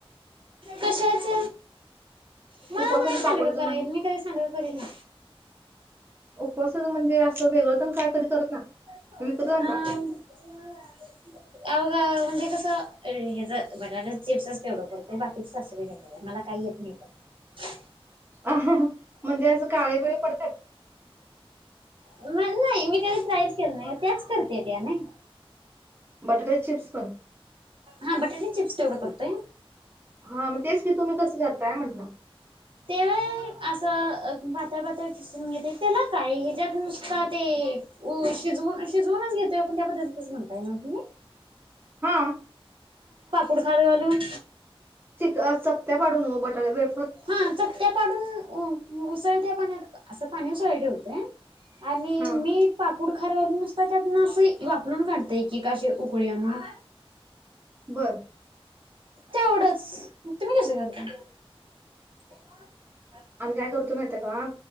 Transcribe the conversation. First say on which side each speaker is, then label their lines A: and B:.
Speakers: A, on the right (about 60°); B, on the right (about 20°).
A: कशाच. मला
B: उपवासाचे
A: नाही सांडगं
B: पापड तेन?
A: कराय येत मी कधी सांडग <unintelligible> ना.
B: उपवासाच म्हणजे असं वेगळं तेन काय कधी करत नाय.
A: अ.
B: विकतच आणता?
A: अबघा म्हणजे कसं हेज बटाट्याच चिप्सच तेवढं करतोय बाकीच सासुबाई करत्यात मला काही येत नाही करता.
B: <unintelligible> म्हणजे असं काळे बीळे पडत्यात.
A: म नाही. मी कधी ट्रायच केलो नाही त्याच करत्याता ना.
B: बटाट्याचे चिप्स पण.
A: हा बटाटे चिप्स तेवढं करतोय.
B: हा मग तेच की तुम्ही कसं करताय म्हंटलं?
A: ते व्हा असं पातळ पातळ किसवुन घेत्य त्याला काही ह्या ज्यात नुसता ते शिजवून शिजवूनच घेतोय आपण त्या पद्धतीतच म्हणताय ना तुम्ही?
B: हा
A: पुडखार घालून.
B: चक्त्या पाडुन हो बटाट्याच. वे
A: हा चक्त्या पाडून उसळत्या. पाण्यात असं पाणी उसळायला ठेवतय. आणि
B: हा
A: मीठ पापूड खार घालून नुसता त्यातनं असं वाफळून काढताय की काे उकळी आणून.
B: बर
A: तेवढंच मग तुम्ही कसे करता? ए काय
B: आम्ही काय करतोय माहितीयं का